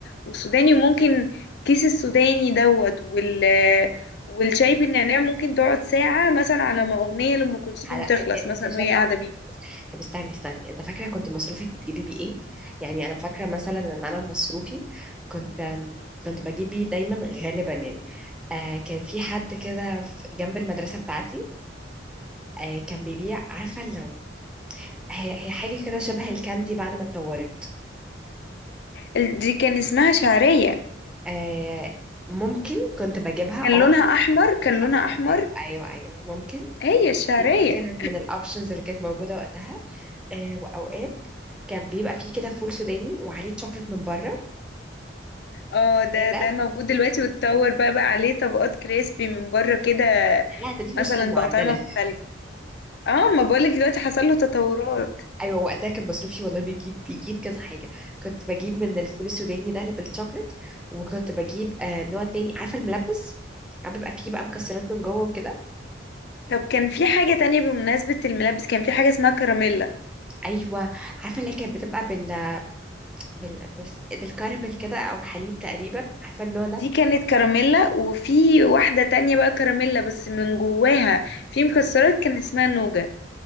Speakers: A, on the left; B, in the centre.
A: والسوداني وممكن كيس السوداني دوت وال والشاي بالنعناع ممكن تقعد ساعه مثلا على ما اغنيه لام كلثوم
B: على ايوه
A: تخلص
B: يا
A: مثلا
B: بنتي عشان
A: وهي
B: الاغنيه
A: قاعده بيه
B: تخلص طب استني استني انت فاكره كنت مصروفك بتجيبي بيه ايه يعني انا فاكره مثلا ان انا مصروفي كنت كنت بجيب بيه دايما غالبا يعني آه كان في حد كده في- جنب المدرسه بتاعتي آه كان بيبيع عارفه لو هي هي حاجه كده شبه الكاندي بعد ما اتطورت
A: ال- دي كان اسمها شعريه
B: آه ممكن كنت بجيبها
A: كان
B: اه
A: لونها احمر كان لونها
B: ايوه
A: احمر
B: ايوه ايوه ايوه ممكن
A: هي الشعريه
B: دي, دي كانت من الاوبشنز اللي كانت موجوده وقتها آه واوقات كان بيبقى فيه كده فول سوداني وعليه شوكليت من بره
A: اه ده
B: ايه ده
A: ده موجود دلوقتي واتطور بقى بقى عليه طبقات كريسبي من بره كده
B: لا ده دي النسخه
A: مثلا
B: المعدله
A: بأطعمة مختلفة اه ما بقولك دلوقتي حصل له تطورات
B: ايوه وقتها كان مصروفي والله بيجيب بيجيب كذا حاجه كنت بجيب من الفول السوداني ده اللي بالشوكليت وكنت بجيب آه نوع تاني عارفه الملبس عم بيبقى فيه بقى مكسرات من جوه وكده
A: طب كان في حاجة تانية بمناسبة الملابس كان في حاجة اسمها كراميلا
B: ايوه عارفه اللي هي كانت بتبقى بال... بال... بس- بالكراميل كده او حليب تقريبا عارفه النوع ده
A: دي كانت كراميلا وفي واحدة تانية بقى كراميلا بس من جواها في مكسرات كان اسمها نوجا